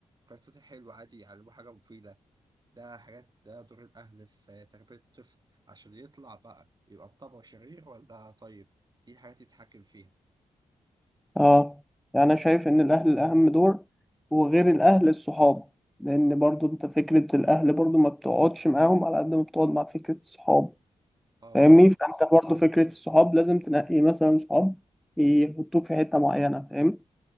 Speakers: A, on the right (about 30°); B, in the centre.
A: كرتون حلو عادي يعلمه حاجة مفيدة ده حاجات ده دور الأهل في تربية الطفل عشان يطلع بقى يبقى بطبعه شرير ولا طيب دي الحاجات اللي يتحكم فيها
B: اه يعني انا شايف ان الاهل الاهم دور وغير الاهل الصحاب لان برضو انت فكره الاهل برضو ما بتقعدش معاهم على قد ما بتقعد مع فكره الصحاب
A: اه
B: فاهمني
A: بالظبط
B: فانت برضه فكره الصحاب لازم تنقي مثلا صحاب يحطوك في حته معينه فاهم